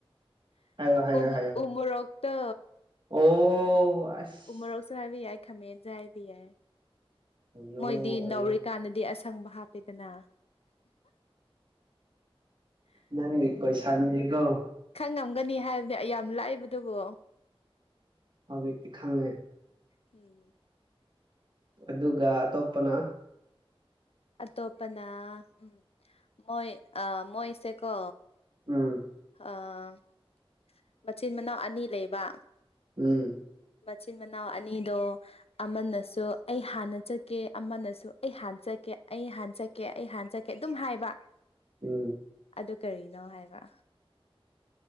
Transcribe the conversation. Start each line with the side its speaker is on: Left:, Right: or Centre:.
Right: ꯍꯥꯏꯌꯣ ꯍꯥꯏꯌꯣ
Left: ꯎ
Right: ꯍꯥꯏꯌꯣ
Left: ꯎꯃꯣꯔꯣꯛꯇꯣ
Right: ꯑꯣ ꯑꯁ
Left: ꯎꯃꯣꯔꯣꯛꯁꯨ ꯍꯥꯏꯕ ꯌꯥꯏ ꯈꯥꯃꯦꯟꯁꯨꯦ ꯍꯥꯏꯕ ꯌꯥꯏ
Right: ꯑꯌꯣ
Left: ꯃꯣꯏꯗꯤ
Right: ꯑꯌꯣ
Left: ꯅꯧꯔꯤꯀꯥꯟꯗꯗꯤ ꯑꯁ ꯁꯪꯕ ꯍꯥꯞꯄꯦꯗꯅ
Right: ꯅ ꯀꯣꯏ ꯁꯅꯤ ꯀꯣ <unintelligible> <inaudible>
Left: ꯈꯪ ꯉꯝꯒꯅꯤ ꯍꯥꯏꯕꯅꯦ ꯑꯩ ꯌꯥꯝ ꯂꯥꯛꯏꯕꯗꯨꯕꯣ
Right: ꯍꯧꯖꯤꯛꯇꯤ ꯈꯪꯉꯦ
Left: ꯍꯝ <unintelligible> <inaudible>
Right: ꯑꯗꯨꯒ ꯑꯇꯣꯞꯄꯅ
Left: ꯑꯇꯣꯞꯄꯅ ꯎꯝ ꯃꯣꯏ ꯑ ꯃꯣꯏꯁꯦꯀꯣ
Right: ꯎꯝ <unintelligible> <inaudible>
Left: ꯑꯥ <unintelligible> <inaudible> ꯃꯆꯤꯟ ꯃꯅꯥꯎ ꯑꯅꯤ ꯂꯩꯕ
Right: ꯎꯝ <unintelligible> <inaudible>
Left: ꯃꯆꯤꯟ ꯃꯅꯥꯅꯤꯗ ꯑꯃꯅꯁꯨ ꯑꯩ ꯍꯥꯟꯅ ꯆꯠꯀꯦ ꯑꯃꯅꯁꯨ ꯑꯩ ꯍꯥꯟꯅ ꯆꯠꯀꯦ ꯑꯩ ꯍꯥꯟꯅ ꯆꯠꯀꯦ ꯑꯣꯀꯦ ꯑꯩ ꯍꯥꯟꯖꯒꯦ ꯑꯗꯨꯝ ꯍꯥꯏꯕ
Right: ꯎꯝ <unintelligible> <inaudible>
Left: ꯑꯗꯨ ꯀꯔꯤꯅꯣ ꯍꯥꯏꯕ